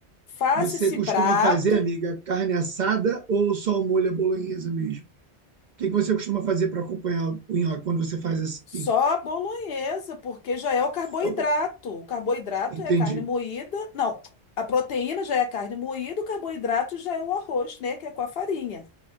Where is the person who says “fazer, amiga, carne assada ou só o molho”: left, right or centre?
Right